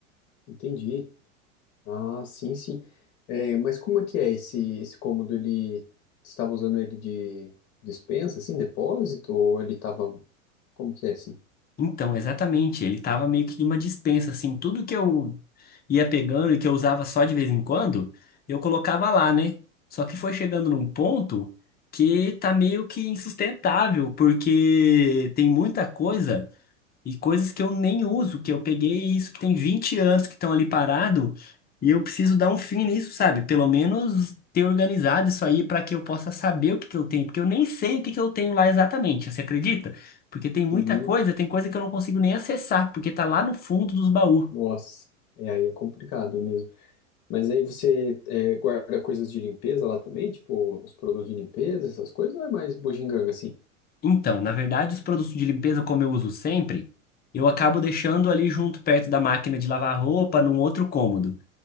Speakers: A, on the left; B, on the left.
A: Entendi. Ah, sim, sim. É, mas como é que é esse esse cômodo? Ele você estava usando ele de despensa, assim, depósito? Ou ele estava. Como que é assim?
B: Então, exatamente, ele tava meio que numa dispensa, assim, tudo que eu ia pegando e que eu usava só de vez em quando, eu colocava lá, né? Só que foi chegando num ponto que tá meio que insustentável, porque tem muita coisa. E coisas que eu nem uso, que eu peguei isso que tem 20 anos que estão ali parado, e eu preciso dar um fim nisso, sabe? Pelo menos ter organizado isso aí para que eu possa saber o que que eu tenho, porque eu nem sei o que que eu tenho lá exatamente, você acredita? Porque tem muita
A: Sim,
B: coisa, tem coisa que eu não consigo nem acessar, porque tá lá no fundo dos baús.
A: nossa. É, aí é complicado mesmo. Mas aí você é, guarda coisas de limpeza lá também? Tipo, os produtos de limpeza, essas coisas? Ou é mais bugiganga, assim?
B: Então, na verdade, os produtos de limpeza, como eu uso sempre, eu acabo deixando ali junto perto da máquina de lavar roupa, num outro cômodo.